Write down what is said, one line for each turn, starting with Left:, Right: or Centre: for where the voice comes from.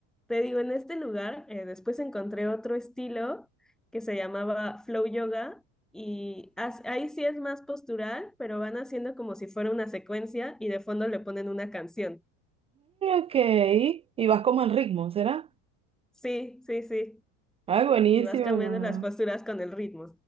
Centre: te digo, en este lugar, eh, después encontré otro estilo que se llamaba Flow Yoga. Y as- ahí sí es más postural, pero van haciendo como si fuera una secuencia y de fondo le ponen una canción.
Right: ok. Y vas como en ritmo, ¿será?
Centre: Sí, sí, sí.
Right: Ay, buenísimo,
Centre: y vas cambiando
Right: ¿no?
Centre: las posturas con el ritmo.